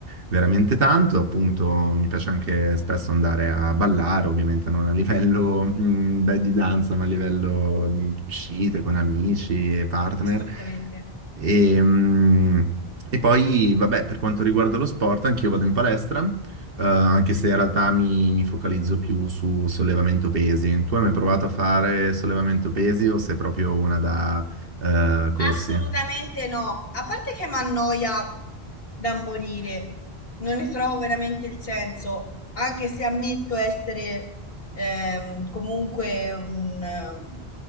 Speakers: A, on the right; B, on the left.
A: veramente tanto, appunto mi piace anche spesso andare a ballare, ovviamente non a livello mh, da- di danza, ma a livello di uscite con amici e partner.
B: Assolutamente.
A: E, mh, e poi, vabbè, per quanto riguarda lo sport, anch'io vado in palestra, eh, anche se in realtà mi, mi focalizzo più su sollevamento pesi. Tu hai mai provato a fare sollevamento pesi o sei proprio una da eh, corsi.
B: Assolutamente no, a parte che mi annoia da morire, non ne trovo veramente il senso, anche se ammetto essere ehm, comunque un... ehm,